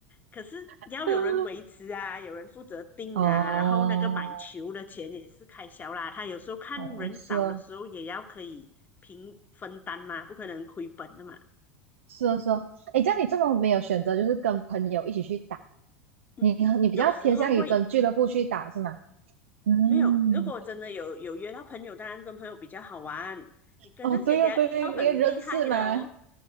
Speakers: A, on the left; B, on the right.
A: 可是要有人维持啊，
B: <laughs>
A: 有人负责订啊，
B: 哦，
A: 然后那个买球的钱也是开销啦。他有时候看人少的时候也要可以平分担嘛，
B: 哦，是哦，
A: 不可能亏本的嘛。
B: 是哦，是哦。哎，
A: 嗯
B: 这样你这么没有选择，就是跟朋友一起去打，
A: 嗯，
B: 你你比较偏向于跟俱乐部去打是吗？
A: 有时候会
B: 嗯，
A: 没有，如果真的有有约到朋友，当然跟朋友比较好玩。你跟那些等下遇到很厉害的哦，
B: 哦，对哦，对，因为认识嘛。